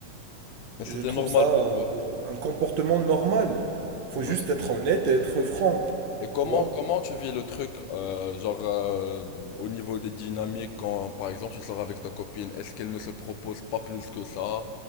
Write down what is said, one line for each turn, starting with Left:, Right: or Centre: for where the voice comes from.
Left: c'était
Right: et je trouve
Left: normal
Right: ça
Left: pour
Right: euh,
Left: toi.
Right: un comportement normal.
Left: Ouais.
Right: Faut juste être honnête et être franc,
Left: Et comment,
Right: tu vois.
Left: comment tu vis le truc, euh, genre, euh, au niveau des dynamiques, quand, par exemple, tu sors avec ta copine, est-ce qu'elle ne se propose pas plus que ça?